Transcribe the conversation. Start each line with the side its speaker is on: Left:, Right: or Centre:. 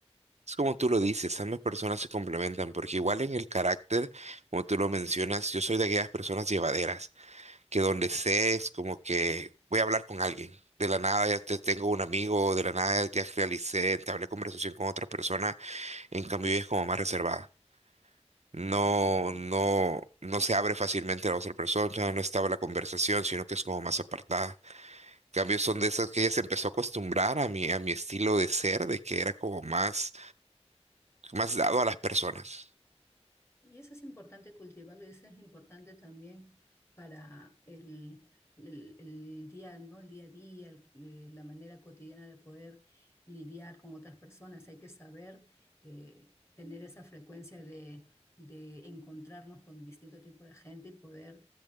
Right: Es como tú lo dices, ambas personas se complementan porque igual en el carácter, como tú lo mencionas, yo soy de aquellas personas llevaderas. que donde sé es como que voy a hablar con alguien. De la nada ya te tengo un amigo, de la nada ya realicé, entablé conversación con otra persona, en cambio ella es como más reservada. No,
Left: Ah, correcto.
Right: no, no se abre fácilmente a la otra persona, no estaba la conversación, sino que es como más apartada. En cambio son de esas que ella se empezó a acostumbrar a mi, a mi estilo de ser, de que era como más, más dado a las personas.
Left: Y eso es importante cultivarlo y eso es importante también para el, el- el día, ¿no? El día a día, el- eh, la manera cotidiana de poder lidiar con otras personas. Hay que saber eh, tener esa frecuencia de, de encontrarnos con distinto tipo de gente y poder